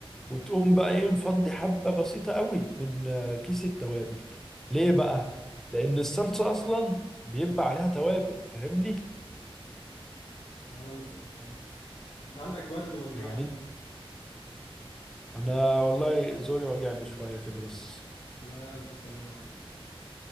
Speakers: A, in the centre; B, on the left (about 70°).
A: وتقوم بقى ايه مفضي حبة بسيطة قوي من آه، كيس التوابل ليه بقى؟ لأن الصلصة أصلا بيبقى عليها توابل فاهمني؟
B: فهمتك فهمت انت عندك برد ولا
A: يعني
B: ايه يا عم
A: أنا والله زوري واجعني شوية كده بس
B: لا الف سلام عليك